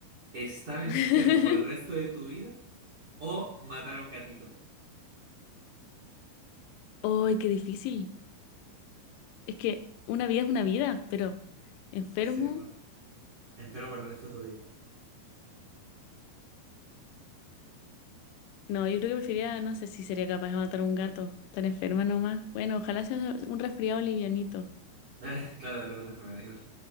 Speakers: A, on the right; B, on the left.
A: ¿Estar enfermo
B: <laughs>
A: por el resto de tu vida o matar a un gatito?
B: ¡Ay, qué difícil! Es que una vida es una vida, pero enfermo.
A: Sí, pues, enfermo por el resto de tu vida.
B: No, yo creo que preferiría, no sé si sería capaz de matar a un gato. Estar enferma nomás. Bueno, ojalá sea un resfriado livianito.
A: <laughs> Claro, depende de la enfermedad, igual.